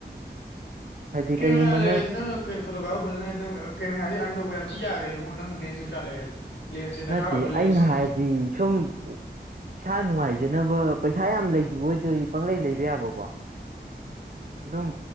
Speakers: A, on the right; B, on the left.
A: ꯍꯥꯏꯗꯤ
B: ꯀꯦꯃꯦꯔ
A: ꯀꯩꯒꯨꯝꯕ
B: ꯂꯩꯔꯗꯤ ꯅꯪꯅ ꯐꯣꯇꯣ ꯀꯞꯄ ꯐꯖꯅ ꯍꯩꯔ ꯅꯪ ꯑꯣꯢꯔꯣ ꯀꯦꯃꯦꯔꯥꯗꯤ ꯑꯔꯟ ꯇꯧꯕ ꯌꯥꯝ ꯊꯤ ꯌꯥꯒ꯭ꯔꯦ ꯢꯕꯨꯡꯉꯣ ꯅꯪ ꯂꯦꯟꯁ ꯀꯩ ꯀꯥ ꯂꯩꯔꯗꯤ ꯂꯦꯟꯁꯁꯦ ꯗꯔꯀꯥꯔ
A: ꯅꯠꯇꯦ
B: ꯑꯣꯏꯕ ꯂꯦꯟꯁ
A: ꯑꯩꯅ ꯍꯥꯏꯔꯗꯤ ꯁꯨꯝ ꯢꯁꯥ ꯅꯨꯡꯉꯥꯏꯖꯅꯕ ꯄꯩꯁꯥ ꯌꯥꯝ ꯂꯩꯒꯤꯕ ꯑꯣꯏꯗꯤ ꯄꯪꯂꯩ ꯂꯩꯕ ꯌꯥꯕꯀꯣ ꯑꯗꯨꯝ